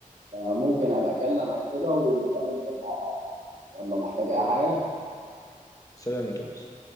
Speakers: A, on the right; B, on the left.
A: فممكن ابقى اكلمك كده ونبقى ننزل مع بعض يلا محتاج اي
B: تمام
A: حاجه
B: سلام يا توماس